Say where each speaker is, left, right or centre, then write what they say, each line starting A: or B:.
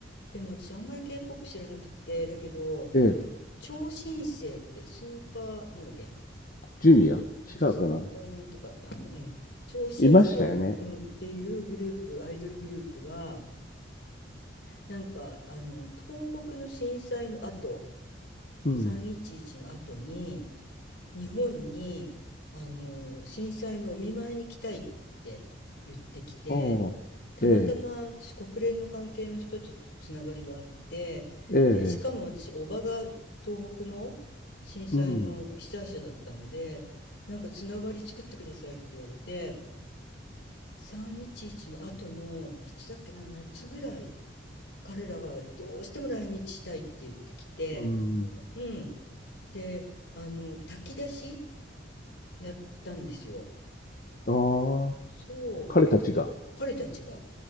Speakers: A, on the left; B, on the left.
A: でも私あんまり K-POP 知らなくって、だけど、
B: ええ、
A: 超新星ってスーパー、なんだっけ、
B: ジュニア違うかな
A: な、スーパーなんとか、あの、うん、超新星の、
B: いましたよね。
A: うん、っていうグループ、アイドルグループが、なんか、あの、東北の震災の後、
B: うん。
A: 311の後に、日本に、あの、震災のお見舞いに来たいって言ってきて、
B: ああ、
A: たまたま私国連の関係の人とつながりがあって、
B: ええ、ええ、
A: で、しかも私、叔母が東北の震災の被災者だったので、
B: うん、
A: なんかつながり作ってくださいって言われて、311の後の、いつだっけな、夏ぐらい、彼らがどうしても来日したいって言ってきて、
B: うん。
A: うん。で、あの、炊き出しやったんですよ。
B: ああ、
A: そう。
B: 彼たちが。
A: だ彼たちが